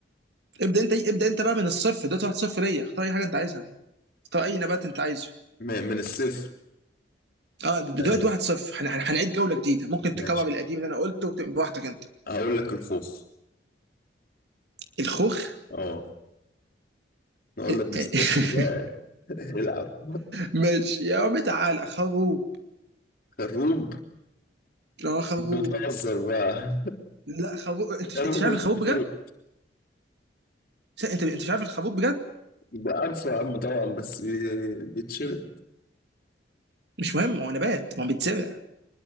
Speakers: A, on the right (about 70°); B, on the left (about 50°).
A: ابدا انت ابدا انت بقى من الصفر دلوقتي واحد صفر ليا اختار اي حاجه انت عايزها اختار اي نبات انت عايزه
B: ما- من الصفر
A: اه دلوقتي
B: ماشي
A: واحد صفر هن- هن- هنعيد جوله جديده ممكن
B: ماشي
A: تكرر القديم اللي انا قلته وتبقى براحتك انت
B: هقول لك الخوخ
A: الخوخ
B: اه نقول
A: <laughs>
B: لك من الصفر بقى <laughs> العب
A: ماشي يا عم تعال خروب
B: خروب
A: لا خروب
B: انت بتهزر بقى
A: لا خروب انت
B: خروب
A: انت مش عارف الخروب
B: بيتشرب
A: س- انت انت مش عارف الخروف بجد
B: ده عارفه يا عم طبعا بس بيتشرب
A: مش مهم هو نبات ما هو بيتزرع